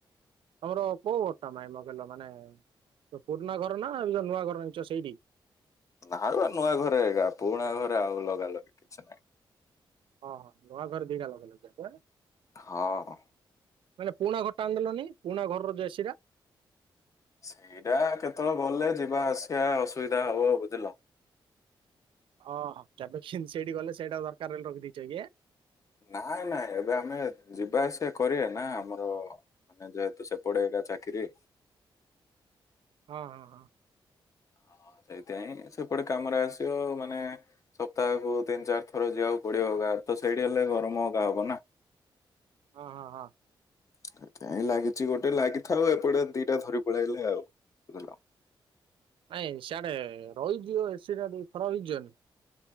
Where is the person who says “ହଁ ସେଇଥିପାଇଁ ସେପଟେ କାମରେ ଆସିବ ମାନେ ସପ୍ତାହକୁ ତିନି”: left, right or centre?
Left